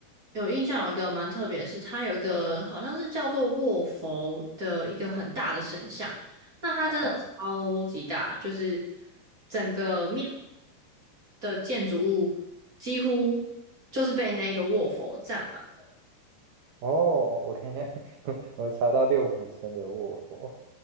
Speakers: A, on the right (about 30°); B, on the right (about 70°).
A: 有印象有一个蛮特别的是，它有一个好像是叫做卧佛的一个很大的神像，那它真的超级大，
B: 好像有
A: 就是整个庙的建筑物几乎就是被那个卧佛占满。
B: 哦，我看一下，<laughs> 我查到六福村的卧佛，